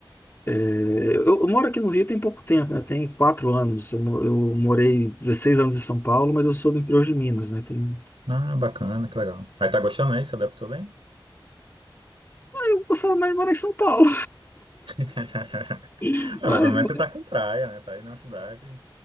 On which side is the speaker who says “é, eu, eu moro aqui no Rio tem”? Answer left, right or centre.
Left